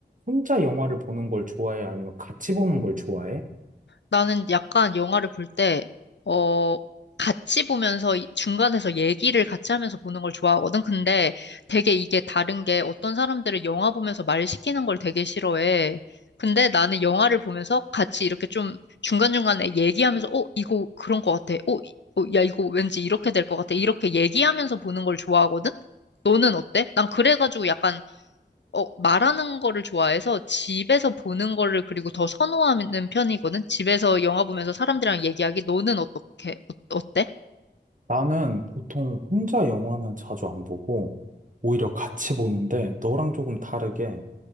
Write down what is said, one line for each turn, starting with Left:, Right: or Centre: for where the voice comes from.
Right: 혼자 영화를 보는 걸 좋아해? 아니면 같이 보는 걸 좋아해?
Left: 나는 약간 영화를 볼 때, 어, 같이 보면서 이- 중간에서 얘기를 같이 하면서 보는 걸 좋아하거든. 근데 되게 이게 다른 게 어떤 사람들은 영화 보면서 말 시키는 걸 되게 싫어해. 근데 나는 영화를 보면서 같이 이렇게 좀 중간중간에 얘기하면서, 어, 이거 그런 것 같아. 어, 이- 어, 야, 이거 왠지 이렇게 될 것 같아. 이렇게 얘기하면서 보는 걸 좋아하거든? 너는 어때? 난 그래가지고 약간 어, 말하는 거를 좋아해서 집에서 보는 거를 그리고 더 선호하는 편이거든? 집에서 영화 보면서 사람들이랑 얘기하기, 너는 어떻게, 어, 어때?
Right: 나는 보통 혼자 영화는 자주 안 보고 오히려 같이 보는데 너랑 조금 다르게